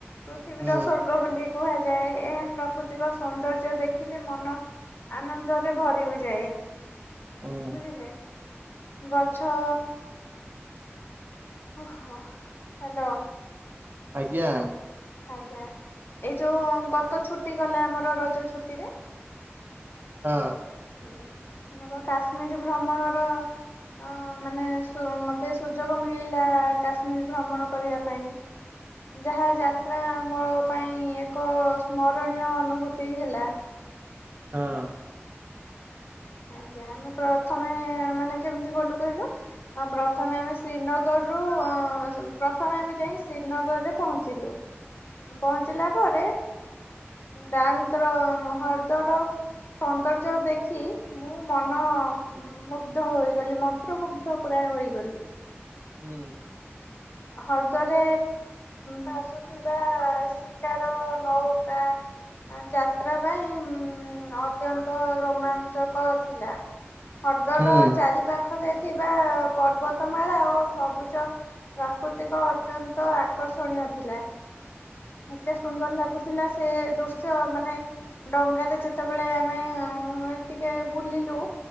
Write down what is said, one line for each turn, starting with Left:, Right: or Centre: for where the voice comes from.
Left: ପୃଥିବୀର
Right: ହୁଁ
Left: ସ୍ଵର୍ଗ ବୋଲି କୁହାଯାଏ। ଏହା ପ୍ରାକୃତିକ ସୌନ୍ଦର୍ଯ୍ୟ ଦେଖିଲେ ମନ ଆନନ୍ଦରେ ଭରି ହୋଇ ଯାଏ।
Right: ହୁଁ
Left: ବୁଝିଲେ? ଗଛ ଓହୋ ହ୍ୟାଲୋ।
Right: ଆଜ୍ଞା।
Left: ଆଜ୍ଞା। ଏଇ ଯୋଉ ଗତ ଛୁଟି ଗଲା ଆମର ରଜ ଛୁଟି ରେ।
Right: ହଁ।
Left: ହୁଁ ମୋର କାଶ୍ମୀର ଭ୍ରମଣର ଅ ମାନେ ସୁମତେ ସୁଯୋଗ ମିଳିଲା କାଶ୍ମୀର ଭ୍ରମଣ କରିବା ପାଇଁ। ଯାହା ଯାତ୍ରା ମୋ ପାଇଁ ଏକ ସ୍ମରଣୀୟ ଅନୁଭୂତି ହେଲା।
Right: ହଁ।
Left: ଆଜ୍ଞା ଆମେ ପ୍ରଥମେ ମାନେ କେମିତି ଗଲୁ କହିଲୁ? ହଁ ପ୍ରଥମେ ଆମେ ଶ୍ରୀନଗର ରୁୁ ପ୍ରଥମେ ଆମେ ଯାଇ ଶ୍ରୀନଗରରେ ପହଞ୍ଚିଲୁ। ପହଞ୍ଚିଲା ପରେ ଡାଲତ୍ର ହ୍ରଦର ସୌନ୍ଦର୍ଯ୍ୟ ଦେଖି ମୁଁ ମନ ମୁୁଗ୍ଧ ହୋଇଗଲି ମନ୍ତ୍ରମୁଗ୍ଧ ପୁରା ହୋଇଗଲି।
Right: ହୁଁ।
Left: ହ୍ରଦରେ ଭାସୁଥିବା ଶିକାର ନୌକା ଯାତ୍ରା ପାଇଁ ଉଁ ଅତ୍ୟନ୍ତ ରୋମାଞ୍ଚକ ଥିଲା। ହ୍ରଦର
Right: ହୁଁ
Left: ଚାରି ପା ପାଖରେ ଥିବା ପର୍ବତମାଳା ଓ ସବୁଜ ପ୍ରାକୃତିକ ଅତ୍ୟନ୍ତ ଆକର୍ଷଣୀୟ ଥିଲା। ଏତେ ସୁନ୍ଦର ଲାଗୁଥିଲା ସେ ଦୃଶ୍ୟ ମାନେ ଡ଼ଙ୍ଗା ରେ ଯେତେବେଳେ ଆମେ ଟିକିଏ ବୁଲିଲୁ